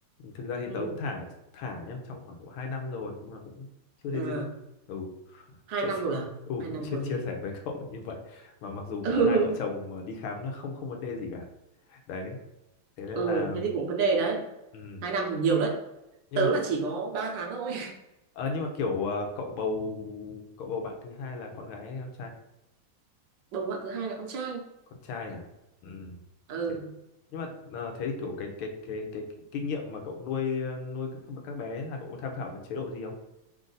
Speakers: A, on the left; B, on the right.
A: thực ra thì
B: ừ.
A: tớ cũng thả thả nhá trong khoảng độ hai năm rồi nhưng mà cũng chưa thấy
B: à,
A: dính ừ
B: hai
A: chia
B: năm
A: sẻ
B: rồi à
A: ừ
B: hai
A: cũng
B: năm
A: chia
B: rồi
A: chia
B: thì
A: sẻ với <laughs> cậu là như vậy mà mặc dù
B: <laughs>
A: kiểu
B: ừ.
A: hai vợ chồng đi khám nó không không vấn đề gì cả đấy thế nên
B: ừ
A: là
B: thế thì cũng vấn đề đấy
A: ừ.
B: hai năm thì nhiều đấy
A: nhưng
B: tớ
A: mà
B: là chỉ có ba tháng thôi
A: Ờ, nhưng mà kiểu ờ, cậu bầu cậu bầu bạn thứ hai là con gái hay con trai?
B: <laughs> bầu bạn thứ hai là con trai
A: Con trai à? Ừ.
B: ừ
A: Thế nhưng mà ờ, thế thì kiểu cái cái cái cái kinh nghiệm mà cậu nuôi ờ, nuôi các các bé ấy là cậu có tham khảo là chế độ gì không?